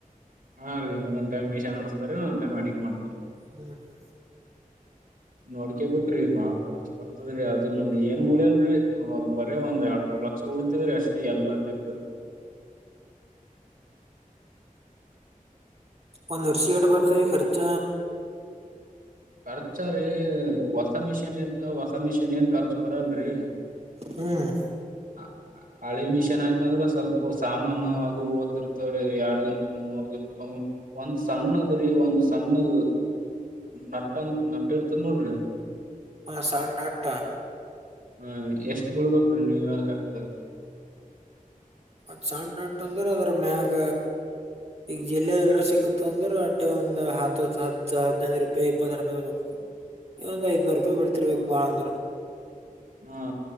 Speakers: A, on the right; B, on the right.
A: ಹಾ ರೀ ಒಂದೊಂದು ಟೈಮ್ ಮಿಷನ್ ನಡೆಸ್ತಾರ್ರಿ ಒಂದು ಟೈಮ್ ಅಡಿಗೆ ಮಾಡ್ತಾರೆ
B: <inaudible>
A: ನೋಡ್ಕೇಬೇಕ್ರಿ ಬಾಳ ಖರ್ಚ್ ಬರ್ತದ್ರೀ ಅದನ್ನ ಏನ್ ಉಳಿಯಲ್ರರಿ ಬರೇ ಒಂದ್ ಎರಡ್ ಮೂರ್ ಲಕ್ಷ ಉಳಿತದ್ರಿ ಅಷ್ಟೇ ಎಲ್ಲ ತೆಗೆದು
B: ಒಂದು ವರ್ಷಕ್ಕೆ ಏಟ ಬರ್ತಾ ಇದ್ರಿ ಕರ್ಚ
A: ಖರ್ಚು ರೀ ಹೊಸ ಮಿಷಿನ್ ಇತ್ತ ಹೊಸ ಮಿಷಿನ್ ಏನ್ ಖರ್ಚು ಬರಲ್ರಿ
B: ಹ್ಮ್
A: ಹ ಹಳಿ ಮಿಷನ್ ಆಯ್ತ ಅಂದ್ರೆ ಸ್ವಲ್ಪ ಸಾಮಾನು ಅದು ಓದತಿರ್ತವ್ರೀ ಎರಡು ದಿನಕೊಮ್ಮೆ ಮೂರ್ ದಿನಕ್ಕೊಮ್ಮೆ ಒಂದ್ ಸಣ್ಣದ್ರಿ ಒಂದ್ ಸಣ್ಣದ ನಟ್ಟಂತ ನಟ್ಟ ಇರ್ತದ ನೋಡ್ರಿ
B: ಹಾ ಸಣ್ಣ ನಟ್ಟ
A: ಹ್ಮ ಎಷ್ಟ್ ಬಿಳ್ಬೇಕ್ರೀ ನೀವ ಹೇಳ್ ಲೆಕ್ಕದಗ
B: ಅ ಅದು ಸಣ್ಣ ನಟ್ಟಂದ್ರ ಅದರ ಮ್ಯಾಗ ಈಗ ಜಿಲ್ಲೆ ಎಲ್ರ ಸಿಕ್ತ್ ಅಂದ್ರ ಅಟ್ಟೆ ಒಂದ್ ಹತ್ತ ಹತ್ತು ಹದನೈದು ರೂಪಾಯಿ ಇಪ್ಪತ್ತು ರೂಪಾಯಿದಾಗ ಈ ಒಂದ್ ಐದ್ನೂರು ರೂಪಾಯಿ ಬಿಡ್ತಿರ್ಬೇಕು ಬಾಳ ಅಂದ್ರ
A: ಹಾ